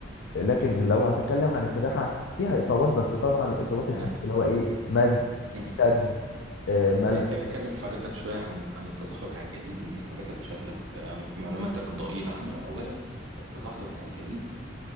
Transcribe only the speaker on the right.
انا
مم.
محتاج اكلم حضرتك شوية عن عن التزحلق على الجليد لان حضرتك شكلك آه، معلوماتك ضئيلة عنه اولا التزحلق على الجليد